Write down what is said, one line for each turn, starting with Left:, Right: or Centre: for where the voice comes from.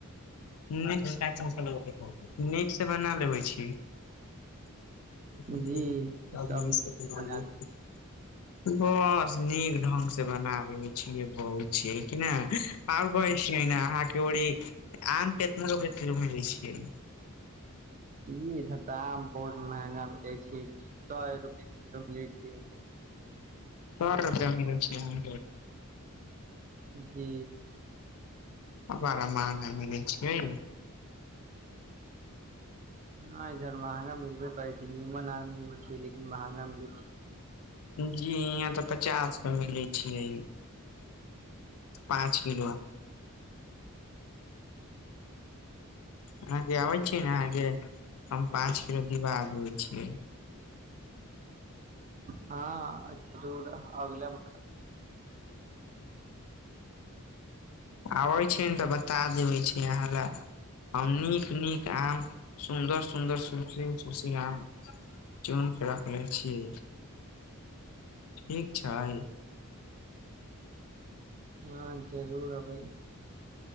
Left: निकस नीक से बना लेबे छी <unintelligible>
Right: जी सब नीक बना ले
Left: बस नीक ढंग से बनाबैय छिये बहु छिये कि न आओर कहै छिय न अहाँ के ओरी आम के कितना रुपए किलो मिलै मे दय छियै
Right: <unintelligible> जी आम बहुत महंगा मिलै छिय सए रुपए किलो मिलै छिय
Left: सौ रुपैआ मिलै छैहाँ
Right: जी
Left: बड़ा महंगा मिलै छै
Right: ह इधर महंगा मिलबे पे छै निमन आ मिल लेकिन महंगा मिले छ
Left: जी यहाँ तऽ पचास स मिलै छै पाँच किलो अहाँके आबै छीय ने अहाँके हम पाँच किलो दिवा देै छिय
Right: हँ अछू आबि लब
Left: आबै छी ने तऽ बता देबै छी अहाँ लए हम नीक नीक आम सुन्दर सुन्दर ससी तसी आम चुन के रखले छीय ठीक छै
Right: हँ जरूर अबै